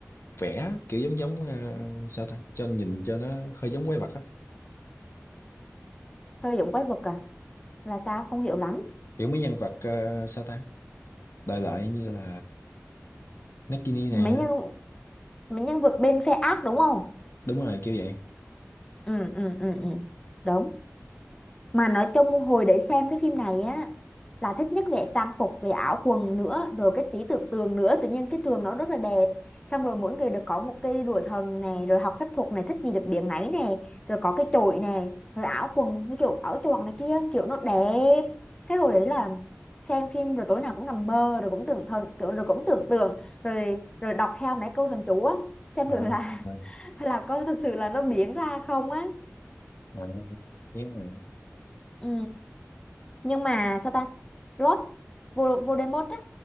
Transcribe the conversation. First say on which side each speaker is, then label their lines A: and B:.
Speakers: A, on the left (about 55°); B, on the left (about 15°).
A: vẽ kiểu giống giống ờ, sao ta cho nhìn cho nó hơi giống quái vật á
B: hơi giống quái vật à là sao không hiểu lắm
A: kiểu mấy nhân vật ờ, sao ta đại loại như là Nagini
B: mấy
A: nè
B: nhân mấy nhân vật bên phe ác đúng không
A: đúng rồi kiểu vậy
B: ừ ừ ừ ừ đúng mà nói chung hồi để xem cái phim này á là thích nhất về trang phục về áo quần nữa rồi cái trí tưởng tượng nữa tự nhiên cái trường nó rất là đẹp xong rồi mỗi người được có một cây đùa thần nè rồi học phép thuật này thích gì được biếng nấy nè rồi có cái chổi nè rồi áo quần với kiểu áo choàng này kia kiểu nó đẹp cái hồi đấy là xem phim rồi tối nào cũng nằm mơ rồi cũng tưởng thần tưởng rồi cũng tưởng tượng rồi rồi đọc theo mấy câu thần chú á xem
A: à,
B: thử là
A: à,
B: <laughs> là có thực sự là nó biến ra không á
A: à, yeah.
B: ừ nhưng mà sao ta Lord Vo- Voldemort á